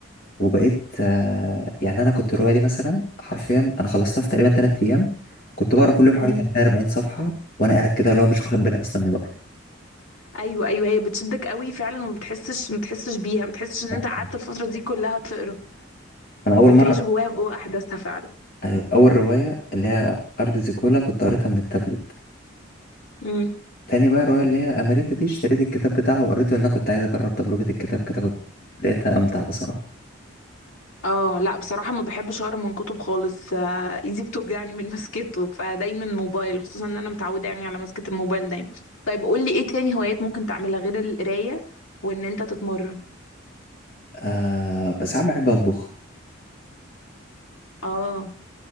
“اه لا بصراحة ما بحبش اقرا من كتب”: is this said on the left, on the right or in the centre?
Left